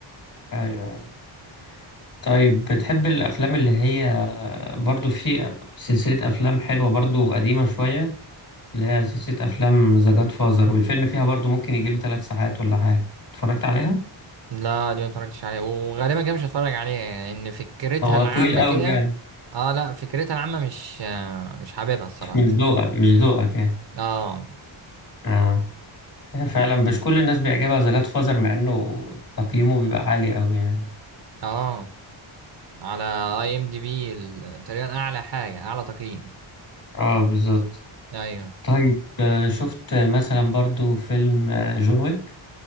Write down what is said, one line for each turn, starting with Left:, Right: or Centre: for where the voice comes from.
Left: أيوه أيوه. طيب بتحب الأفلام اللي هي برضو في سلسلة أفلام حلوة برضو قديمة شوية اللي هي سلسلة أفلام ذا جاد فازر والفيلم فيها برضو ممكن يجيله ثلاث ساعات ولا حاجة اتفرجت عليها؟
Right: لا دي ما اتفرجتش عليها وغالبا كده مش هتفرج عليها يعني ان فكرتها
Left: هو
Right: العامه
Left: طويل
Right: كده
Left: قوي يعني
Right: اه لا فكرتها العامه مش آه مش حاببها الصراحه
Left: مش من ذوقك مش ذوقك يعني
Right: اه
Left: اه هي فعلا مش كل الناس بيعجبها ذا جاد فازر مع إنه تقييمه بيبقى عالي قوي يعني
Right: اه على اي ام دي بي تقريبا اعلى حاجه اعلى تقييم
Left: اه بالظبط
Right: ايوه
Left: طيب آه، شفت مثلا برضو فيلم آه، جون ويك